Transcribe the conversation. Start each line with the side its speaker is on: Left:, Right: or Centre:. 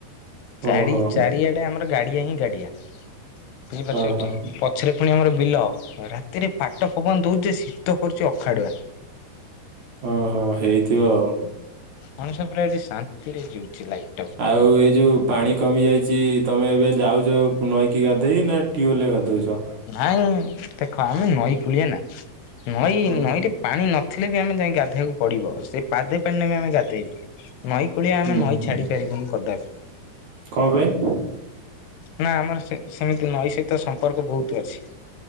Left: ଚାରି
Right: ଓହୋ
Left: ଚାରିଆଡ଼େ ଆମର ଗାଡ଼ିଆ ହିଁ ଗାଡ଼ିଆ। ବୁଝିପାରୁଛ
Right: ଓହୋ
Left: ଏଠି ପଛରେ ପୁଣି ଆମର ବିଲ ରାତିରେ ପାଟ ପବନ ଦଉଛି ଶୀତ କରୁଛି ଅଖାଡୁଆ।
Right: ଓହୋ ହେଇଥିବ ଆଉ।
Left: ମଣିଷ ପୁରା ଏଠି ଶାନ୍ତିରେ ଯିଉଛି ଲାଇଫ୍।
Right: ଆଉ ଏଇ ଯୋଉ ପାଣି କମି ଯାଇଛି ତମେ ଏବେ ଯାଉଛ ନଈକି ଗାଧେଇ ନା ଟିୁୱଲ୍ ଗାଧଉଛ?
Left: ନାଇଁ ଦେଖ ଆମେ ନଈ କୂଳିଆ ନା ନଈ
Right: ହଁ
Left: ନଈ ରେ ପାଣି ନଥିଲେ ବି ଆମେ ଯାଇ ଗାଧୋଇବାକୁ ପଡ଼ିବ ସେ ପାଦେ ପାଣି ନେ ଆମେ ଗାଧେଇବୁ। ନଈ କୂଳିଆ ଆମେ
Right: ହୁଁ ହୁଁ।
Left: ନଈ ଛାଡ଼ି ପାରିବୁନି କଦାପି।
Right: କଣ ପାଇଁ?
Left: ନା ଆମର ସେ ସେମିତି ନଈ ସହିତ ସମ୍ପର୍କ ବହୁତ୍ ଅଛି।